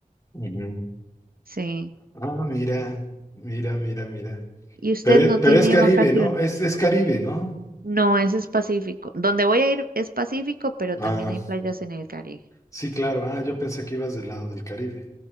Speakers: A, on the left; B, on the right.
A: Ujú.
B: Sí.
A: Ah, mira, mira, mira, mira.
B: y usted
A: Pero, es-
B: no
A: pero
B: tiene
A: es Caribe,
B: vacaciones.
A: ¿no? Es, es Caribe, ¿no?
B: No, ese es Pacífico. Donde voy a ir es Pacífico, pero
A: Ah,
B: también hay playas en el Caribe.
A: sí, claro. Ah, yo pensé que ibas del lado del Caribe.